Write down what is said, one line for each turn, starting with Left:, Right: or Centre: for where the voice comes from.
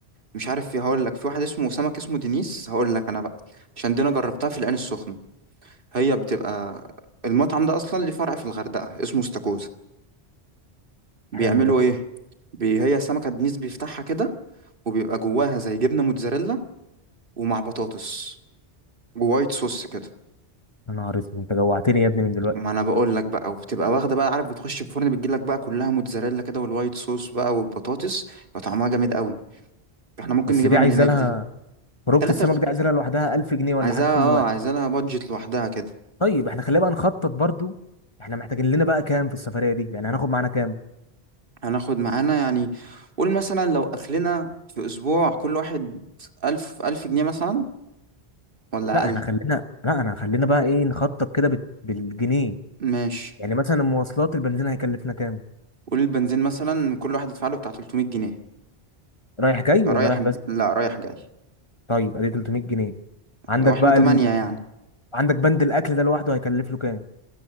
Right: مش عارف في هقول لك في واحد اسمه سمك اسمه دينيس هقول لك انا بقى عشان دي انا جربتها في العين السخنه هي بتبقى المطعم ده اصلا ليه فرع في الغردقه اسمه استاكوزا بيعملوا
Left: حلو ده
Right: ايه بي... هي سمكه دينيس بيفتحها كده وبيبقى جواها زي جبنه موتزاريلا ومع بطاطس ووايت صوص كده
Left: يا نهار اسود انت جوعتني يا ابني من دلوقتي
Right: ما انا بقول لك بقى وبتبقى واخده بقى عارف بتخش الفرن بتجي لك بقى كلها موتزاريلا كده والوايت صوص بقى والبطاطس يبقى طعمها جامد قوي احنا ممكن
Left: بس
Right: نجيبها
Left: دي عايزه
Right: من هناك
Left: لها
Right: دي
Left: خروجه
Right: تلاتة
Left: السمك دي عايزه لها لوحدها 1000 جنيه ولا
Right: عايزاها
Left: حاجه كل
Right: اه
Left: واحد
Right: عايزاها لها بادجت لوحدها كده
Left: طيب احنا خلينا بقى نخطط برضو احنا محتاجين لنا بقى كام في السفريه دي يعني هناخد معانا كام
Right: هناخد معانا يعني قول مثلا لو أكلنا في أسبوع كل واحد ألف ألف جنيه مثلا ولا
Left: لا
Right: أقل
Left: احنا خلينا لا انا خلينا بقى ايه نخطط كده بال... بالجنيه
Right: ماشي
Left: يعني مثلا المواصلات البنزين هيكلفنا كام
Right: قول البنزين مثلا كل واحد يدفع له بتاع 300 جنيه
Left: رايح جاي
Right: رايح
Left: ولا رايح بس
Right: لا رايح جاي
Left: طيب ادي 300 جنيه عندك
Right: لو احنا
Left: بقى
Right: تمانية
Left: ال...
Right: يعني
Left: عندك بند الاكل ده لوحده هيكلف له كام